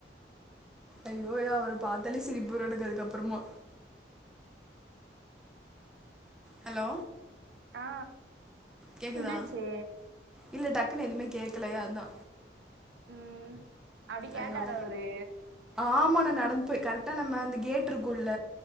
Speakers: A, in the centre; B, on the right (about 75°).
A: அய்யோயா அவர பார்த்தாலே சிரிப்பு வரு எனக்கு அதுக்கு அப்புறமா ஹலோ
B: ஆ
A: கேக்குதா
B: என்னாச்சு?
A: இல்ல டக்குனு எதுமே கேட்கலைய அதா
B: ம் அப்டி கேட்டாற
A: ஐயோ
B: அவுரு
A: ஆமா நா நடந்து போயி கரெக்டா நம்ம அந்த கேட்டு இருக்குள்ள